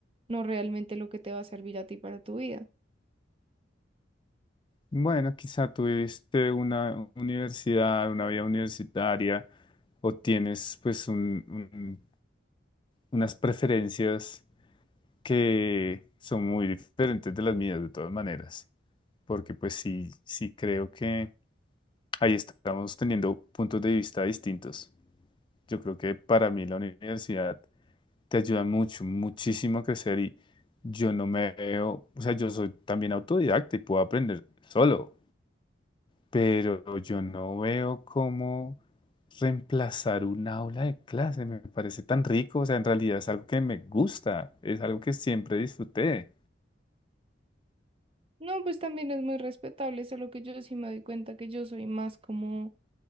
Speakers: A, on the right (about 30°); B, on the left (about 25°).
A: no realmente lo que te va a servir a ti para tu vida.
B: Bueno, quizá tuviste una universidad, una vida universitaria, o tienes pues un, un unas preferencias que son muy diferentes de las mías de todas maneras, porque pues sí, sí creo que ahí estamos teniendo puntos de vista distintos. Yo creo que para mí la universidad te ayuda mucho, muchísimo a crecer y yo no me veo, o sea, yo soy también autodidacta y puedo aprender solo pero yo no veo cómo reemplazar un aula de clase. Me parece tan rico, o sea, en realidad es algo que me gusta, es algo que siempre disfruté.
A: No, pues también es muy respetable, solo que yo sí me doy cuenta que yo soy más como